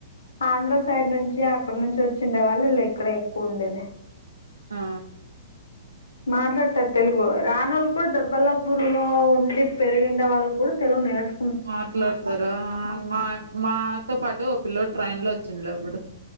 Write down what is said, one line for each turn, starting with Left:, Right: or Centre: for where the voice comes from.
Left: ఆంధ్రా సైడ్ నుంచి అక్కడ నుంచి వొచ్చిండే వాళ్ళు లే ఇక్కడ ఎక్కువ ఉండేది
Right: ఆ
Left: మాట్లాడతారు తెలుగు రానోళ్లు కూడా దుర్బల్లాపూర్ లో ఉండి పెరిగిండే వాళ్ళు కూడా తెలుగు నేర్చ్
Right: మాట్లాడతారా మా మాతో పాటూ ఓ పిల్లోడు ట్రైన్ లో వచ్చిండ్లే అప్పుడు